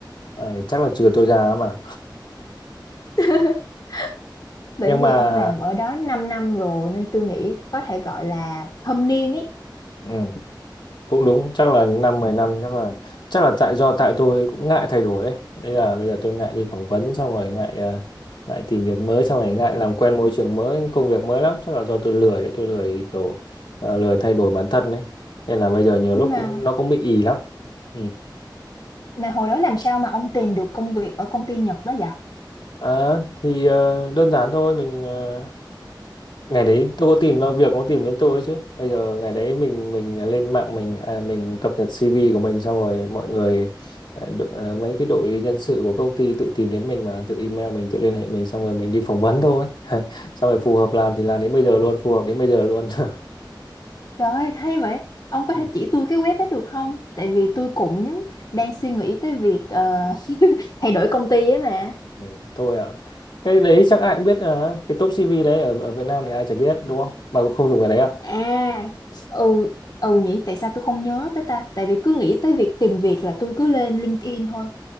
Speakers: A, on the left; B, on the left.
A: Đấy, chắc là trừ tôi ra mà.
B: <laughs> Bởi
A: Nhưng
B: vì
A: mà
B: ông làm ở đó 5 năm rồi nên tôi nghĩ có thể gọi là thâm niên ấy.
A: ừ, cũng đúng chắc là năm mười năm chắc là chắc là tại do tại tôi cũng ngại thay đổi ấy Thế là bây giờ tôi ngại đi phỏng vấn xong rồi ngại à, ngại tìm việc mới xong rồi ngại làm quen môi trường mới công việc mới lắm chắc là do tôi lười đấy tôi lười kiểu à, lười thay đổi bản thân đấy nên là bây giờ nhiều
B: Nhưng
A: lúc
B: mà
A: cũng nó cũng bị ì lắm Ừ.
B: mà hồi đó làm sao mà ông tìm được công việc ở công ty Nhật đó vậy?
A: à, thì ờ, đơn giản thôi mình ờ, ngày đấy tôi có tìm đâu việc nó tìm đến tôi ấy chứ bây giờ ngày đấy mình mình lên mạng mình à, mình cập nhật CV của mình xong rồi mọi người à, đ- à, mấy cái đội nhân sự của công ty tự tìm đến mình mà tự email mình tự liên hệ mình xong rồi mình đi phỏng vấn thôi <laughs> xong rồi phù hợp làm thì làm đến bây giờ luôn phù hợp đến bây giờ luôn <laughs>
B: Trời ơi, hay vậy. Ông có
A: Ừ,
B: thể chỉ tôi cái web đó được không? Tại vì tôi cũng đang suy nghĩ tới việc ờ, <laughs> thay đổi công ty ấy mà.
A: ừ, thôi ạ cái đấy chắc ai cũng biết à cái top CV đấy ở ở Việt Nam thì ai chả biết đúng không bà cũng không dùng cái đấy à
B: À, ừ, ừ nhỉ, tại sao tôi không nhớ tới ta? Tại vì cứ nghĩ tới việc tìm việc là tôi cứ lên LinkedIn thôi